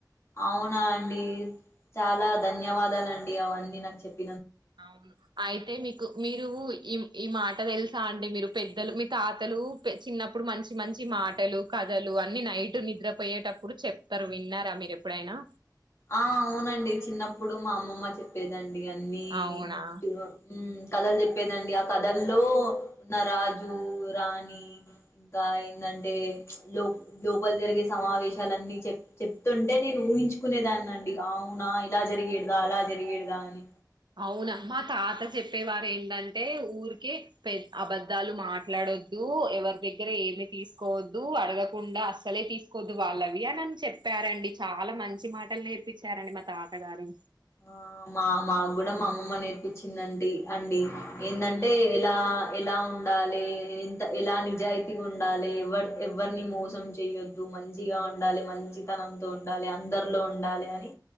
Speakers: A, on the left; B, on the right.
A: అవునా అండి చాలా ధన్యవాదాలండి అవన్నీ నాకు చెప్
B: అవును అయితే మీకు మీరు ఈ ఈ మాట తెలుసా అండి మీరు పెద్దలు మీ తాతలు చిన్నప్పుడు మంచి మంచి మాటలు కథలు అన్ని నైట్ నిద్రపోయేటప్పుడు చెప్తారు. విన్నారా, మీరు ఎప్పుడైనా
A: ఆ అవునండి చిన్నప్పుడు మా అమ్మమ్మ చెప్పేదండి అండి అన్నీ
B: అవునా
A: కథలు చెప్పేదండి ఆ కథల్లో ఉన్న రాజు రాణి ఇంకా ఏందంటే ప్చ్ లో లోపలి జరిగే సమావేశాలన్ని చె చెప్తుంటే నేను ఊహించు కునేదాన్ని అండి అవునా ఇలా జరిగేడ్దా అలా జరిగేడ్దా అని
B: అవునా మా తాత చెప్పేవారు ఏంటంటే ఊరికే పె అబధాలు మాట్లాడొద్దు ఎవరి దగ్గర ఏమి తీసుకోవద్దు అడగకుండా అస్సలే తీసుకోవద్దు వాళ్ళవి అని అని చెప్పారంండి చాలా మంచి మాటలు నేర్పించారండి మా తాత గారు
A: ఆ మా మాకు కూడా మా అమ్మమ్మ నేర్పచ్చిందండి అండి ఏంటంటే ఇలా ఎలా ఉండాలి ఇంత ఎలా నిజాయితీగా ఉండాలి ఎవ ఎవరిని మోసం చెయొద్దు మంచిగా ఉండాలి మంచితనంతో ఉండాలి అందరిలో ఉండాలి అని